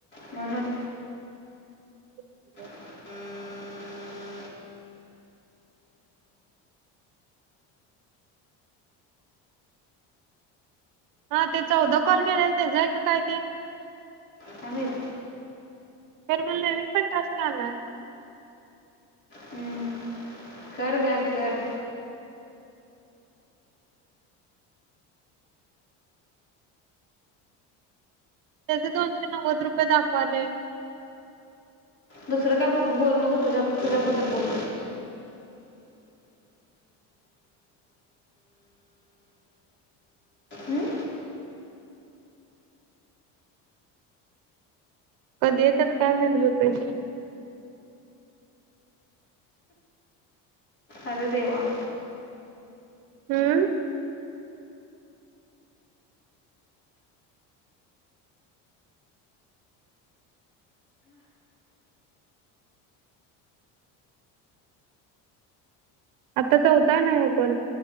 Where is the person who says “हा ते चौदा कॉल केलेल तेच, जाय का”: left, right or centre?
Right